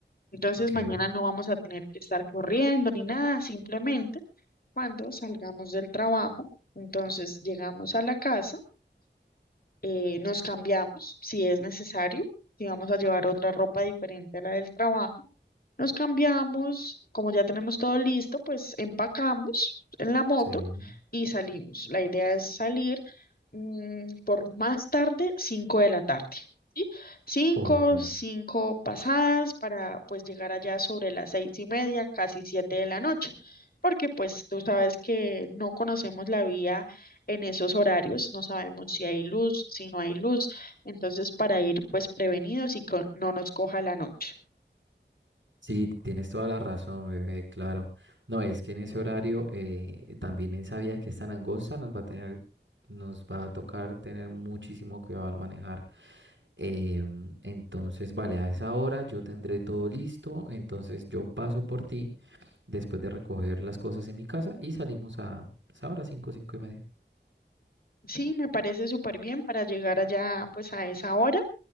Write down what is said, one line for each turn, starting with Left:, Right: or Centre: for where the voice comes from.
Left: Entonces,
Right: ok.
Left: mañana no vamos a tener que estar corriendo ni nada, simplemente cuando salgamos del trabajo, entonces llegamos a la casa, eh, nos cambiamos si es necesario, si vamos a llevar otra ropa diferente a la del trabajo nos cambiamos, como ya tenemos todo listo, pues empacamos en la moto
Right: Sí.
Left: y salimos. La idea es salir mm, por más tarde, 5 de la tarde, ¿sí? cinco
Right: Ok.
Left: 5 pasadas para pues llegar allá sobre las seis y media, casi 7 de la noche, porque pues tú sabes que no conocemos la vía en esos horarios, no sabemos si hay luz, si no hay luz, entonces para ir pues prevenidos y que no nos coja la noche.
Right: Sí, tienes toda la razón, bebé, claro. No, es que en ese horario eh, también esa vía que es tan angosta nos va a tener, nos va a tocar tener muchísimo cuidado al manejar. Em, entonces, vale, a esa hora yo tendré todo listo, entonces yo paso por ti después de recoger las cosas en mi casa y salimos a esa hora, cinco, cinco y media.
Left: Sí, me parece súper bien para llegar allá pues a esa hora